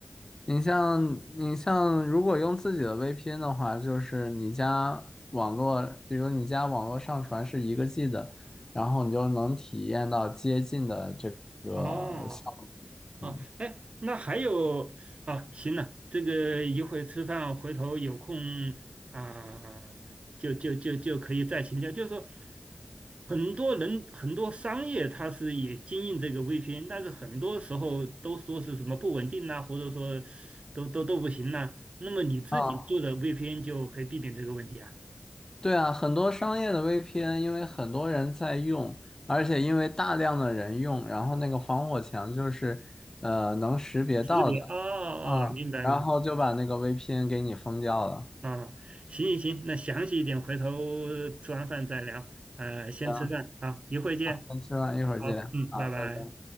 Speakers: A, on the left; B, on the right.
A: 你像你像，如果用自己的 VPN 的话，就是你家网络，比如你家网络上传是一个 G 的，然后你就能体验到接近的这个效果。
B: 啊哦。啊，
A: 嗯，
B: 哎，那还有啊，行了，这个一会儿吃饭，回头有空啊，就就就就可以再请教。就是说，很多人很多商业它是也经营这个 VPN，但是很多时候都说是什么不稳定呐、或者说都都都不行呐、那么你自己做的
A: 啊，
B: VPN 就可以避免这个问题啊。
A: 对啊，很多商业的 VPN，因为很多人在用，而且因为大量的人用，然后那个防火墙就是呃能识别到的啊，
B: 识别哦哦，明白明白。
A: 然后就把那个 VPN 给你封掉了。
B: 啊，行行行，那详细一点，回头吃完饭再聊。呃，先吃饭，
A: 行，
B: 好，一会见，
A: 先吃饭，一会儿见。
B: 好，嗯，
A: 好，
B: 拜拜。
A: 拜拜。